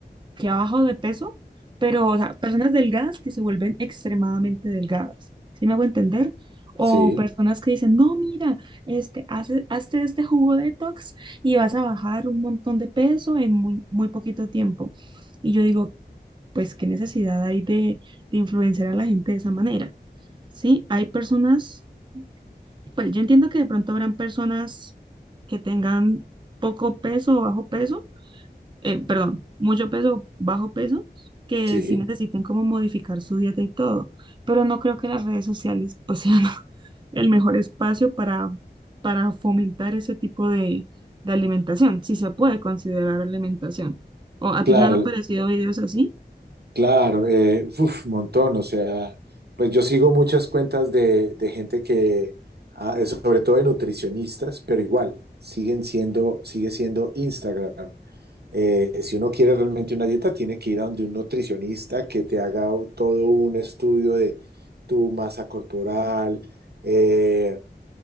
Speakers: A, on the right; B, on the right.
A: que ha bajado de peso, pero, o sea, personas delgadas que se vuelven extremadamente delgadas, ¿sí me hago entender? O
B: Sí,
A: personas que dicen, no, mira, este, hace, hazte este jugo detox y vas a bajar un montón de peso en muy, muy poquito tiempo. Y yo digo, pues, ¿qué necesidad hay de, de influenciar a la gente de esa manera? Sí, hay personas, pues yo entiendo que de pronto habrán personas que tengan poco peso o bajo peso, eh, perdón, mucho peso o bajo peso, que
B: sí,
A: sí necesiten como modificar su dieta y todo, pero no creo que las redes sociales pues <laughs> sean el mejor espacio para, para fomentar ese tipo de, de alimentación, si se puede considerar alimentación. ¿O a
B: claro,
A: ti no han aparecido videos así?
B: claro, eh, uf, montón, o sea, pues yo sigo muchas cuentas de, de gente que, ah, eh, sobre todo de nutricionistas, pero igual, siguen siendo, sigue siendo Instagram. Eh, si uno quiere realmente una dieta, tiene que ir a donde un nutricionista que te haga todo un estudio de tu masa corporal, eh,